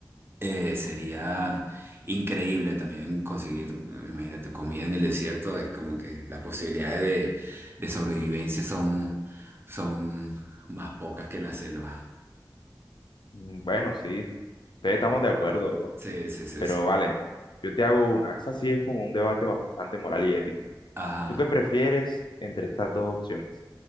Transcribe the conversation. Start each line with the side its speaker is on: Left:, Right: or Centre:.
Right: eh, sería increíble también conseguir, eh, imagínate, comida en el desierto, es como que las posibilidades de, de sobrevivencia son, son más pocas que en la selva.
Left: Mm, Bueno, sí, ustedes estamos de acuerdo, bro.
Right: Sí, sí, sí,
Left: Pero
Right: sí.
Left: vale, yo te hago una. Esa sí es como un debate bastante moral y ético.
Right: Ajá.
Left: ¿Tú qué prefieres entre estas dos opciones?